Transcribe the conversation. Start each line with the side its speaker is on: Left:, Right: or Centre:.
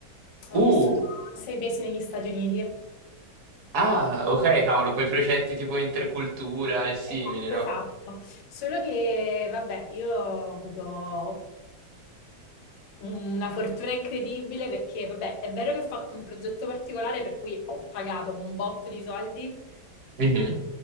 Left: Ho
Right: Uh,
Left: vissuto sei mesi negli Stati Uniti.
Right: ah, ok, cavolo, quei progetti tipo intercultura e simili,
Left: Esatto,
Right: no?
Left: esatto. Solo che, vabbè, io ho avuto una fortuna incredibile perché, vabbè, è vero che ho fatto un progetto particolare per cui ho pagato un botto di soldi,
Right: Mhm.